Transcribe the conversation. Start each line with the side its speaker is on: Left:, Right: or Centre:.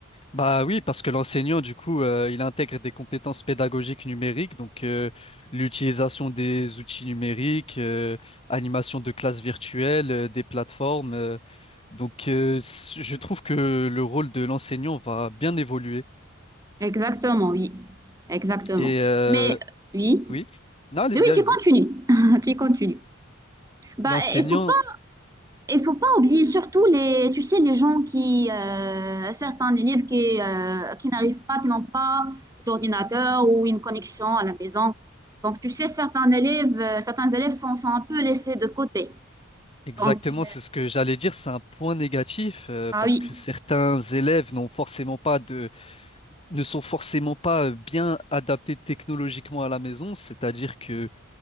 Left: Bah oui, parce que l'enseignant, du coup, euh, il intègre des compétences pédagogiques numériques, donc euh, l'utilisation des outils numériques, euh, animation de classes virtuelles, euh, des plateformes. euh, donc, euh, c- je trouve que le rôle de l'enseignant va bien évoluer.
Right: Exactement, oui. Exactement.
Left: Et euh,
Right: Mais oui,
Left: oui, non, allez-y,
Right: oui, oui,
Left: allez-y.
Right: tu continues. <laughs> Tu continues. Bah,
Left: L'enseignant,
Right: il faut Il faut pas oublier surtout les, tu sais, les gens qui, euh, certains élèves qui, euh, qui n'arrivent pas, qui n'ont pas d'ordinateur ou une connexion à la maison. Donc, tu sais, certains élèves, euh, certains élèves sont, sont un peu laissés de côté.
Left: exactement,
Right: Donc, euh,
Left: c'est ce que j'allais dire, c'est un point négatif euh,
Right: ah
Left: parce
Right: oui,
Left: que certains élèves n'ont forcément pas de, ne sont forcément pas euh, bien adaptés technologiquement à la maison, c'est-à-dire que